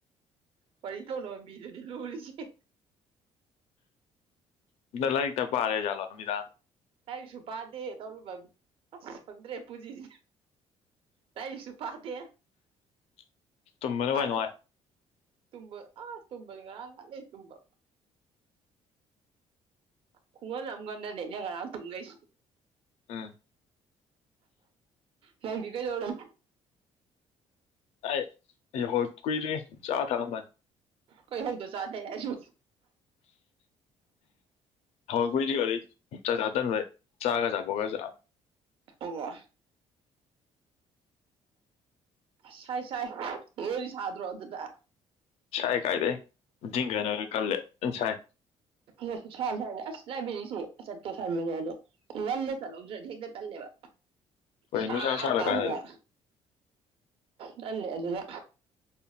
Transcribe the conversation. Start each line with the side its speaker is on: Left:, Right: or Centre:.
Right: ꯋꯥꯔꯤ ꯇꯧꯅꯕ ꯃꯤꯗꯨꯗꯤ ꯂꯨꯔꯤꯁꯦ
Left: ꯂꯥꯏꯇ ꯄꯥꯔ ꯂꯩꯔꯖꯥꯠꯂꯣ ꯅꯨꯃꯤꯗꯥꯡ
Right: ꯂꯥꯏꯔꯤꯛꯁꯨ ꯄꯥꯗꯦ ꯇꯧꯔꯨꯕ ꯑꯁ ꯈꯪꯗ꯭ꯔꯦ ꯄꯨꯖꯤꯁꯦ ꯂꯥꯏꯔꯤꯛꯁꯨ ꯄꯥꯗꯦ
Left: <inaudible> ꯇꯨꯝꯕꯅꯣ
Right: ꯀꯥꯟꯅ
Left: ꯀ ꯅꯨꯡꯉꯥꯏ
Right: ꯇꯨꯝꯕ ꯑ ꯇꯨꯝꯝꯕꯗꯤꯒ ꯉꯔꯥꯡ ꯅꯍꯥꯟꯗꯩ ꯇꯨꯝꯕ ꯈꯨꯡꯒꯟ ꯑꯃꯒꯗꯅꯦꯅꯦ ꯉꯔꯥꯡ ꯇꯨꯝꯈꯩꯁꯤ
Left: ꯎꯝ
Right: ꯅꯪꯗꯤ ꯀꯩ ꯌꯧꯔꯝ
Left: ꯑꯩ ꯌꯥꯍꯧ ꯀꯨꯏꯔꯦ ꯆꯥ ꯊꯛꯑꯃꯅꯤ
Right: ꯀꯩ ꯍꯧꯗ ꯆꯥ ꯊꯢ ꯌꯥꯁꯨ
Left: ꯍꯧꯒꯠ ꯀꯨꯏꯗ꯭ꯔꯤ ꯑꯗꯩ ꯆꯥꯛ ꯆꯥ ꯇꯟꯕꯩ ꯆꯥꯒ ꯑꯆꯥꯄꯣꯠꯀ ꯆꯥꯕ
Right: ꯑꯣ ꯁꯥꯏ ꯁꯥꯏ ꯅꯣꯢꯗꯤ ꯁꯥꯗ꯭ꯔꯣ ꯑꯗꯨꯗ
Left: ꯁꯥꯏ ꯀꯥꯏꯗ ꯖꯤꯡꯒꯅꯒ ꯀꯜꯂꯦ ꯁꯥꯏ
Right: ꯍꯁꯨ ꯁꯥꯢ ꯑꯁ ꯂꯩꯥꯏꯕ꯭ꯔꯦꯔꯤ ꯆꯠꯀꯦ ꯈꯟꯕꯅꯦ ꯑꯗꯣ ꯉꯟꯅ ꯆꯠꯍꯧꯗ꯭ꯔꯗꯤ ꯍꯦꯛꯇ ꯇꯜꯂꯦꯕ
Left: ꯍꯣꯏ
Right: ꯁꯥꯔꯀꯥꯟꯖꯤꯗ
Left: ꯅꯨꯡꯁꯥ ꯁꯥꯜꯂꯀꯥꯟꯗꯗꯤ
Right: ꯗꯜꯂꯦ ꯑꯗꯨꯒ